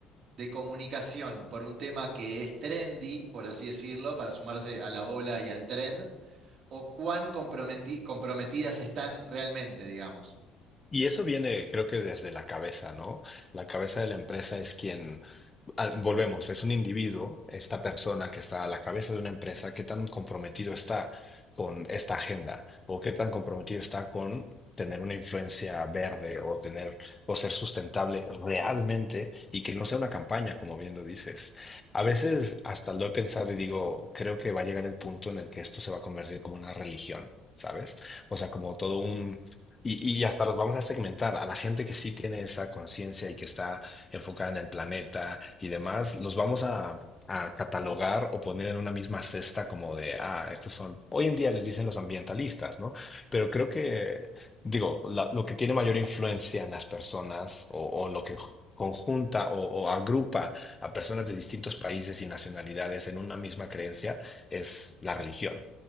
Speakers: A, on the right; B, on the left.
A: de comunicación por un tema que es trendy, por así decirlo, para sumarse a la ola y al trend, o cuán comprometi- comprometidas están realmente, digamos.
B: Y eso viene, creo que desde la cabeza, ¿no? La cabeza de la empresa es quien al- volvemos, es un individuo, esta persona que está a la cabeza de una empresa, qué tan comprometido está con esta agenda o qué tan comprometido está con tener una influencia verde o tener o ser sustentable realmente y que no sea una campaña, como bien lo dices. A veces hasta lo he pensado y digo, creo que va a llegar el punto en el que esto se va a convertir como una religión, ¿sabes? O sea, como todo un... Y, y hasta los vamos a segmentar a la gente que sí tiene esa conciencia y que está enfocada en el planeta y demás, los vamos a, a catalogar o poner en una misma cesta como de, ah, estos son, hoy en día les dicen los ambientalistas, ¿no? Pero creo que, digo, la- lo que tiene mayor influencia en las personas o, o lo que conjunta o, o agrupa a personas de distintos países y nacionalidades en una misma creencia es la religión.